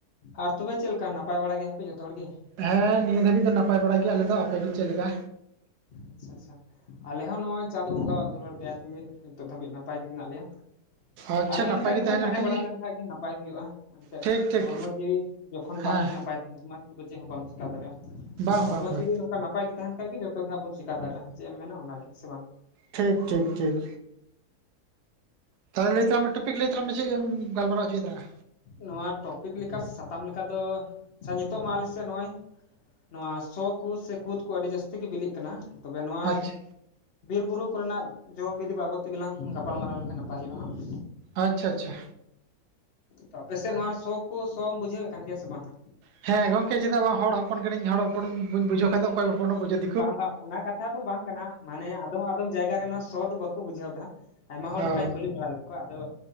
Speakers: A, on the left; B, on the right.
A: ᱟᱨ ᱛᱚᱵᱮ ᱪᱮᱫ ᱞᱮᱠᱟ ᱱᱟᱯᱟᱭ ᱵᱟᱲᱟᱭ ᱜᱮᱭᱟᱯᱮ ᱡᱚᱛᱚ ᱦᱚᱲ ᱜᱮ
B: ᱦᱮᱸ ᱱᱤᱭᱟᱹ ᱫᱷᱟᱹᱵᱤᱡ ᱫᱚ ᱱᱟᱯᱟᱭ ᱵᱟᱲᱟᱜ ᱜᱮᱭᱟ ᱟᱞᱮ ᱫᱚ ᱟᱯᱮᱜ ᱜᱮ ᱪᱮᱫᱮ ᱞᱮᱠᱟ
A: ᱟᱪᱪᱷᱟ ᱟᱪᱪᱷᱟ ᱟᱞᱮ ᱦᱚᱸ ᱱᱚᱜᱼᱚᱭ ᱪᱟᱸᱫ ᱵᱚᱸᱜᱟᱣᱟᱜ ᱫᱩᱞᱟᱹᱲ ᱫᱟᱭᱟ ᱛᱮᱜᱮ ᱱᱤᱛᱚᱜ ᱫᱷᱟᱹᱵᱤᱡ ᱱᱟᱯᱟᱭ ᱜᱮ ᱢᱮᱱᱟᱜ ᱞᱮᱭᱟ
B: ᱟᱪᱪᱷᱟ
A: ᱟᱨ ᱚᱱᱮ ᱱᱚᱱᱝᱠᱟ
B: ᱱᱟᱯᱟᱭ ᱜᱮ
A: ᱜᱮᱵᱚᱱ ᱛᱟᱦᱮᱸ
B: ᱞᱮᱱᱠᱷᱟᱡ
A: ᱵᱟᱲᱟ ᱞᱮᱱᱠᱷᱟᱱ ᱜᱮ ᱱᱟᱯᱟᱭ ᱦᱩᱭᱩᱜᱼᱟ ᱮᱱᱛᱮᱜ
B: ᱴᱷᱤᱠ ᱴᱷᱤᱠ
A: ᱦᱚᱲᱢᱚ ᱡᱤᱣᱤ ᱠᱷᱚᱱ
B: ᱦᱮᱸ
A: ᱵᱟᱝ ᱱᱟᱯᱟᱭ ᱱ ᱛᱟᱢᱟ ᱛᱚᱵᱮ ᱪᱮᱫ ᱦᱚᱸ ᱵᱟᱢ ᱪᱮᱟᱹ ᱫᱟᱲᱮᱭᱟᱜᱼᱟ
B: ᱵᱟᱝ
A: ᱛᱚ ᱦᱚᱲᱢᱚ
B: ᱵᱟᱝ ᱵᱟᱝ
A: ᱡᱩᱫᱤ ᱱᱚᱝᱠᱟ ᱱᱟᱯᱟᱭ ᱜᱮ ᱛᱟᱦᱮᱱ ᱠᱷᱟᱱ ᱜᱮ ᱡᱚᱛᱚ ᱜᱮ ᱦᱟᱸᱜ ᱵᱚ ᱪᱮᱠᱟᱼᱟ ᱪᱮᱠᱟ ᱫᱟᱲᱮᱭᱟᱜᱼᱟ ᱪᱮᱫ ᱮᱢ ᱢᱮᱱᱟ ᱚᱱᱟᱜᱮ ᱥᱮ ᱵᱟᱝ
B: ᱴᱷᱤᱠ ᱴᱷᱤᱠ ᱴᱷᱤᱠ ᱛᱟᱦᱚᱞ ᱞᱟᱹᱭ ᱛᱟᱢ ᱴᱚᱯᱤᱠ ᱞᱟᱹᱭ ᱛᱟᱞᱟᱝ ᱢᱮ ᱮᱢ ᱜᱟᱞᱢᱟᱨᱟᱣ ᱦᱚᱪᱚᱭ ᱛᱞᱟᱝᱼᱟ
A: ᱱᱚᱣᱟ ᱴᱚᱯᱤᱠ ᱞᱮᱠᱟ ᱥᱮ ᱥᱟᱛᱟᱢ ᱞᱮᱠᱟ ᱫᱚ ᱟᱪᱪᱷᱟ ᱱᱤᱛᱳ ᱢᱟ ᱟᱞᱮᱥᱮᱫ ᱱᱚᱜᱼᱚᱭ ᱱᱚᱣᱟ ᱥᱚ ᱠᱚ ᱥᱮ ᱠᱩᱫ ᱠᱚ ᱟᱹᱰᱤ ᱡᱟᱹᱥᱛᱤ ᱜᱮ ᱵᱤᱞᱤᱜ ᱠᱟᱱᱟ ᱛᱚᱵᱮ ᱱᱚᱣᱟ
B: ᱟᱪᱪᱷᱟ
A: ᱵᱤᱨ ᱵᱩᱨᱩ ᱠᱚᱨᱮᱱᱟᱜ ᱡᱚ ᱵᱤᱫᱤ ᱵᱟᱵᱚᱫ ᱛᱮᱜᱮᱞᱟᱝ ᱜᱟᱯᱟᱞᱢᱟᱨᱟᱣ ᱞᱮᱠᱷᱟᱱ ᱱᱟᱯᱟᱭ ᱦᱩᱭᱩᱜᱼᱟ ᱦᱟᱸᱜ
B: ᱟᱪᱪᱷᱟᱻ ᱟᱪᱪᱷᱟ
A: ᱛᱚ ᱟᱯᱮᱥᱮᱫ ᱱᱚᱣᱟ ᱥᱚ ᱠᱚ ᱥᱚ ᱵᱩᱡᱷᱟᱹᱣᱮᱫ ᱠᱟᱱ ᱜᱮᱭᱟ ᱥᱮ ᱵᱟᱝᱼᱟ
B: ᱦᱮᱸ ᱜᱚᱝᱠᱮ ᱪᱮᱫᱟᱜ ᱵᱟᱝ ᱦᱚᱲ ᱦᱚᱯᱚᱱ ᱠᱟᱹᱱᱟᱧ ᱦᱚᱲ ᱦᱚᱯᱚᱱ ᱵᱟᱹᱭᱤᱜ ᱵᱩᱡᱷᱟᱹᱣ ᱠᱷᱟᱭ ᱫᱚ ᱚᱠᱚᱭ ᱦᱚᱯᱚᱱ ᱮ ᱵᱩᱡᱷᱣᱫᱟ
A: ᱵᱟᱝ ᱵᱟᱝ ᱚᱱᱟ ᱠᱟᱛᱷᱟ ᱫᱚ ᱵᱟᱝ ᱠᱟᱱᱟ ᱢᱟᱱᱮ ᱟᱫᱚᱢ - ᱟᱫᱚᱢ ᱡᱟᱭᱜᱟ ᱨᱮ ᱱᱚᱣᱟ ᱥᱚ ᱫᱚ ᱵᱟᱠᱚ ᱵᱩᱡᱷᱟᱹᱣ ᱫᱦᱟᱸ ᱟᱭᱢᱟ ᱦᱚᱲ
B: ᱚ
A: ᱱᱚᱝᱠᱟᱧ ᱠᱩᱞᱤ ᱵᱟᱲᱟ ᱞᱮᱫ ᱠᱚᱣᱟ ᱟᱫᱚ